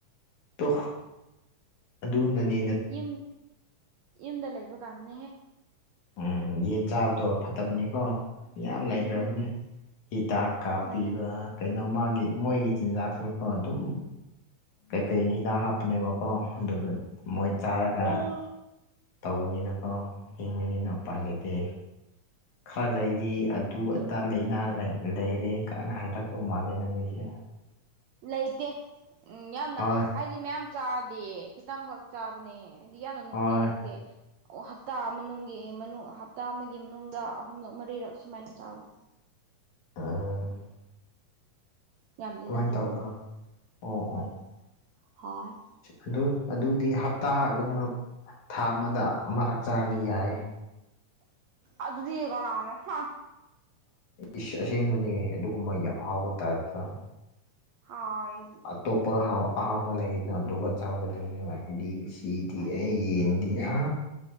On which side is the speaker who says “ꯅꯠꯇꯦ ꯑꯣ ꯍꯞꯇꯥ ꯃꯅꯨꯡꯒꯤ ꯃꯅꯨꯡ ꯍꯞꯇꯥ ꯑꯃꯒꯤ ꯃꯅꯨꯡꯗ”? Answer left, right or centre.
Right